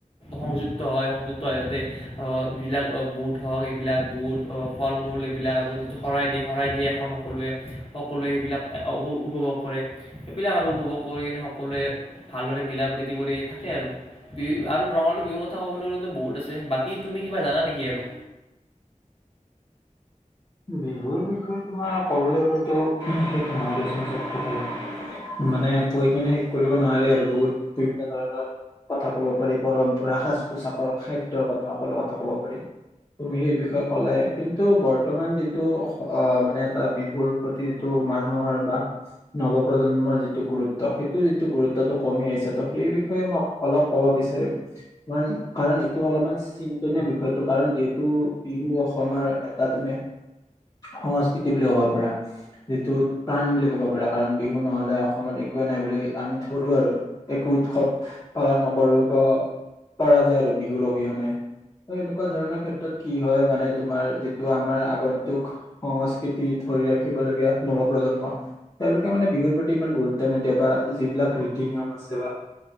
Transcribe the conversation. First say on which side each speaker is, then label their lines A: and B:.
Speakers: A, on the left (about 45°); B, on the left (about 25°).
A: সংযুক্ত হয় সংযুক্ত হয় যাতে অ' যিবিলাক বুট হওঁক এইবিলাক বুট ফল- মূল এইবিলাক আৰু যিটো শৰাই দিয়ে শৰাই দিয়ে এখন সকলোৱে সকলোৱে সেইবিলাক উপ উপভোগ কৰে সেইবিলাক আৰু উপভোগ কৰি কিনে সকলোৱে ভালদৰে মিলা প্ৰীতি তি কৰি থাকে আৰু বি আৰু ৰঙালী বিহুৰ কথা ক'বলৈ গ'লেতো বহুত আছে বাকী তুমি কিব জানা নেকি আৰু।
B: বিহুৰ বিষয়ে তোমাৰ কবলৈ গ'লে তো শেষ নহয় দিয়াচোন চব কথা। মানে কৈ কিনে শেষ কৰিব নোৱাৰি আৰু বহুত বিভিন্ন ধৰণৰ কথা কব পাৰি পৰম্পৰা সাজ পোছাকৰ খাদ্যয়ৰ কথা সকলো কথা কব পাৰি। তুমি সেই বিষয়ে ক'লে কিন্তু বৰ্তমান যিটো অ‌', মানে এটা বিহুৰ প্ৰতিটো মানুহৰ বা নৱ প্ৰজন্মৰ যি গুৰুত্ব সেইটো যিটো গুৰুত্বটো কমি আহিছে ত সেই বিষয়ে মই অলপ ক'ব বিচাৰিম কাৰণ, কাৰণ এইটো অলপমান চিন্তনীয় বিষয়টো কাৰণ যিহেতু বিহু অসমৰ এটাত তুমি সংস্কৃতি বুলি ক'ব পাৰা। যিটো প্ৰাণ বুলি ক'ব পাৰা কাৰণ বিহু নহ'লে অসমত একোৱে নাই বুলি আমি ধৰো আৰু। একো উৎসৱ পালন নকৰো পৰা যায় আৰু বিহুৰ অবিহনে। ত এনেকুৱা ধৰণৰ ক্ষেত্ৰত কি হয় মানে তোমাৰ ত আমাৰ আগন্তুক সংস্কৃতি ধৰি ৰাখিবলগীয়া নৱ প্ৰজন্ম তেওঁলোকে মানে বিহুৰ প্ৰতি ইমান গুৰুত্ব নিদিয়া বা যিবিলাক ৰীতি নিয়ম আছে বা